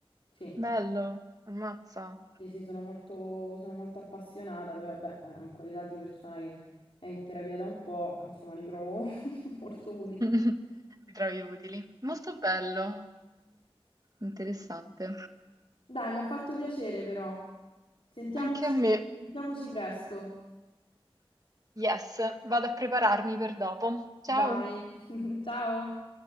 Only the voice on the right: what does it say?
Bello, ammazza.
<laughs> Li trovi utili. Molto bello, interessante.
Anche a me.
Yes, vado a prepararmi per dopo. Ciao.